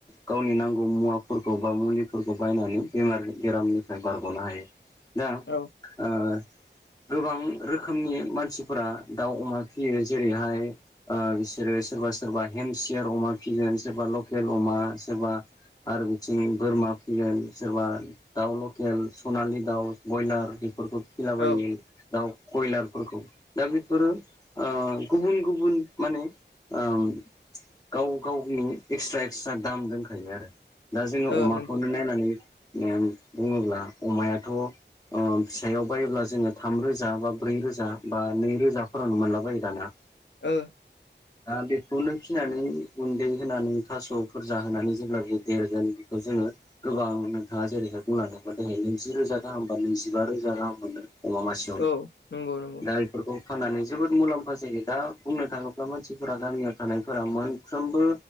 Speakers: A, on the left (about 20°); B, on the left (about 75°).
A: गावनि नांगौ मुवाफोरखौ बा मुलिफोरखौ बायनानै बेमार बेरामनि बारग'नो हायो। दा
B: औ
A: ओ गोबां रोखोमनि <unintelligible> मानसिफोरा दाउ, अमा फियो जेरैहाय बिसोरो सोरबा सोरबा हेमसियार अमा फिगोन सोरबा लकेल अमा सोरबा आरो बिथिं बोरमा फिगोन सोरबा दाउ लकेल, सनालि दाउ, बयलार बेफोरखौ जाबायदि
B: औ
A: दाउ बयलारफोरखौ दा बेफोरो ओ गुबुन गुबुन माने ओम गाव गावनि एक्सट्रा एक्सट्रा दाम दोनखायो आरो। दा जोङो
B: ओ
A: अमाखौनो
B: नंगौ
A: नायनानै ओम बुङोब्ला अमायाथ' ओ फिसायाव बायोब्ला जोङो थाम रोजा बा ब्रै रोजा बा नै रोजाफोरावनो मोनलाबायो दाना।
B: ओ।
A: <unintelligible> दा बेखौनो फिसिनानै गुन्दै होनानै थास'फोर जाहोनानै जेब्लाबो देरगोन बेखौ जोङो गोबां नोंथाङा जेरैहाय बुंलांदोंमोन दिनै नैजि रोजा गाहाम बा नैजिबा रोजा गाहाम मोनो अमा मासे
B: औ नंगौ नंगौ।
A: दा बेफोरखौ फाननानै जोबोद मुलाम्फा जायो दा बुंनो थाङोब्ला मानसिफोरा गामियाव थानायफोरा मोनफ्रोमबो